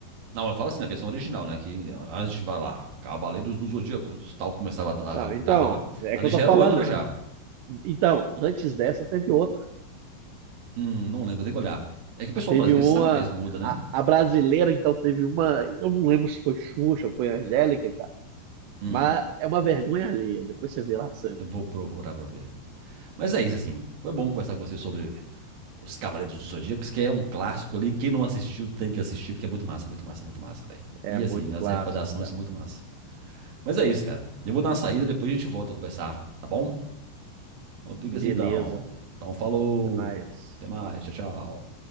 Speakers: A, on the right (about 60°); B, on the right (about 85°).
A: Não, eu falo assim, na versão original, né? Que antes de falar, Cavaleiros do Zodíaco, tal, começava a,
B: Não,
A: a guitarra
B: então,
A: lá.
B: é
A: Ali
B: que eu
A: já
B: tô falando.
A: era o Angra já.
B: né? Então, antes dessa teve outra.
A: Hum, não lembro, tem que olhar. É que o pessoal
B: Teve
A: brasileiro,
B: uma.
A: você sabe que eles mudam, né?
B: A, a brasileira, então, teve uma. Eu não lembro se foi Xuxa, foi Angélica, cara.
A: Hum,
B: Mas é uma vergonha alheia. Depois você vê lá pra você
A: eu vou procurar pra ver. Mas é isso, assim. Foi bom conversar com você sobre os Cavaleiros do Zodíaco, que é um clássico ali. Quem não assistiu tem que assistir, porque é muito massa, muito massa, muito massa, velho.
B: É
A: E
B: muito
A: assim, as
B: clássico,
A: recordações
B: cara.
A: são muito massa. Mas é isso, cara. Eu vou dar uma saída, depois a gente volta a conversar, tá bom? Então fica
B: Beleza.
A: assim, então. Então falou.
B: Até mais.
A: Até mais, tchau, tchau.